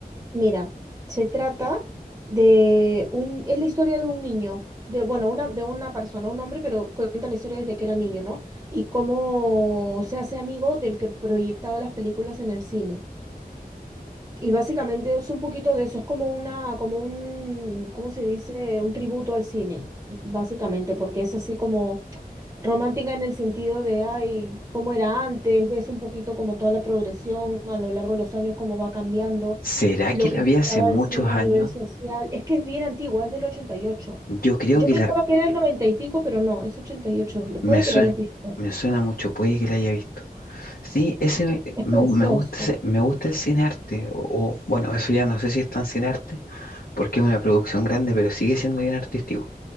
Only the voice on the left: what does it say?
¿Será
que
la vi hace
muchos
años?
Yo creo
que
la
me
suena,
me suena mucho, puede que la haya visto. Sí, ese me,
me
gu- me gusta ese- me gusta el cine arte, o, o, bueno, eso ya no sé si es tan cine arte, porque es una producción grande, pero sigue siendo bien artístico.